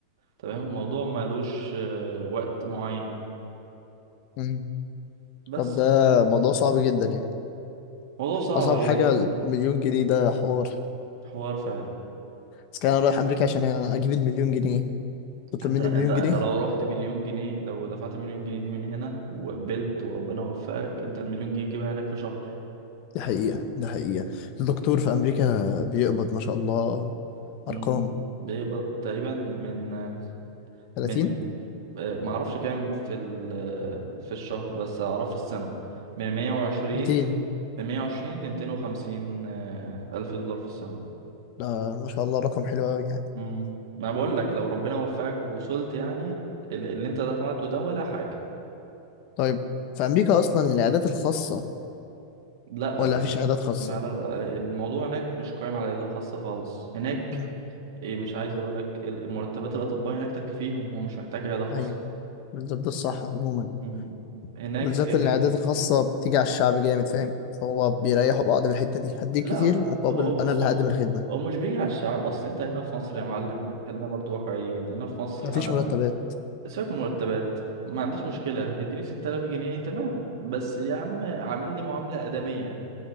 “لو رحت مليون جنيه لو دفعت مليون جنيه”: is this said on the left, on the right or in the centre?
Right